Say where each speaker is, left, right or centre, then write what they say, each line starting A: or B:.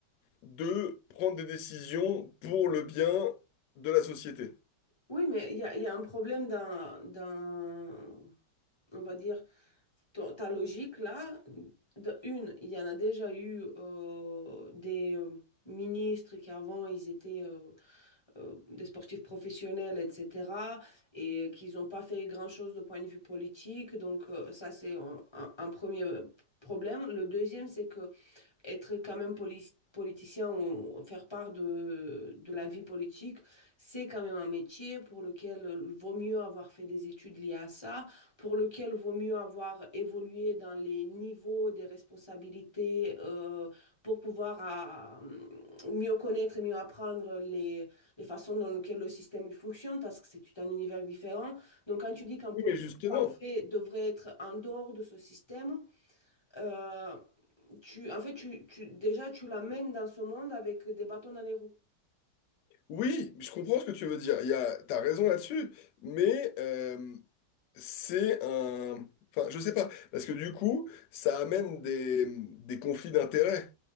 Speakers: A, on the left; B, on the left.
A: de prendre des décisions pour le bien de la société.
B: Oui, mais il y a, il y a un problème dans, dans, on va dire, ta ta logique là. De une, il y en a déjà eu euh, des euh, ministres qui avant, ils étaient euh, euh, des sportifs professionnels, etc., et qu'ils n'ont pas fait grand-chose de point de vue politique. Donc euh, ça, c'est un, un- un premier problème. Le deuxième, c'est que être quand même poli- politicien ou faire part de, de la vie politique, c'est quand même un métier pour lequel il vaut mieux avoir fait des études liées à ça, pour lequel il vaut mieux avoir évolué dans les niveaux des responsabilités euh, pour pouvoir à, mieux connaître et mieux apprendre les, les façons dans lesquelles le système il fonctionne, parce que c'est tout un univers différent. Donc quand tu dis qu'un politique
A: Oui, mais justement.
B: parfait devrait être en dehors de ce système, euh, tu, en fait, tu, tu, déjà, tu l'amènes dans ce monde avec des bâtons dans les roues.
A: Oui, je comprends ce que tu veux dire. Il y a, t'as raison là-dessus, mais euh, C'est un... Enfin, je sais pas, parce que du coup, ça amène des, des conflits d'intérêts.